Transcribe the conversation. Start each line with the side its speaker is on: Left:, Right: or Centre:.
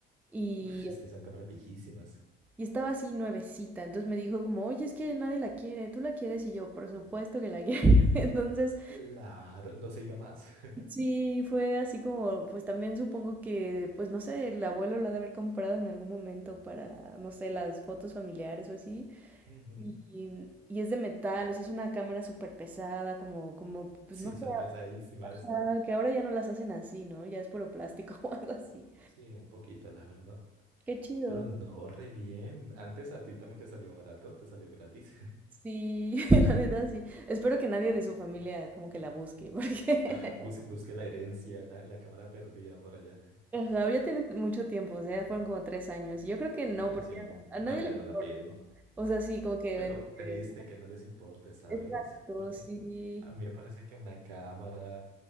Centre: Y,
Right: Uf, es que son cámaras viejísimas.
Centre: y estaba así nuevecita, entonces me dijo como, oye, es que nadie la quiere, ¿tú la quieres? Y yo, por supuesto que la quiero. <laughs> Entonces,
Right: Claro, no se diga más. <laughs>
Centre: sí, fue así como, pues también supongo que, pues no sé, el abuelo la ha de haber comprado en algún momento para, no sé, las fotos familiares o así.
Right: Ujú.
Centre: Y, y es de metal, o sea, es una cámara súper pesada, como, como, pues
Right: Sí,
Centre: no sé,
Right: son pesadísimas.
Centre: ajá, que ahora ya no las hacen así, ¿no? Ya es puro plástico <laughs> o algo así.
Right: Sí, un poquito, la verdad.
Centre: Qué chido.
Right: Pero no, re bien. Antes a ti también te salió barato, te salió gratis.
Centre: Sí, <laughs> la neta sí. Espero que nadie de su familia como que la busque, porque
Right: <laughs> Bus- Busqué la herencia, la, la cámara perdida por allá.
Centre: <laughs> ajá, ya tienen mucho tiempo, o sea, fueron como tres años. Y yo creo que no,
Right: No,
Centre: porque
Right: sí,
Centre: a
Right: no,
Centre: a nadie
Right: ya
Centre: le importa.
Right: no la piden.
Centre: O sea, sí, como que
Right: Pero
Centre: entre...
Right: triste que no les importe, ¿sabes?
Centre: Exacto,
Right: Porque
Centre: sí.
Right: a mí me parece que una cámara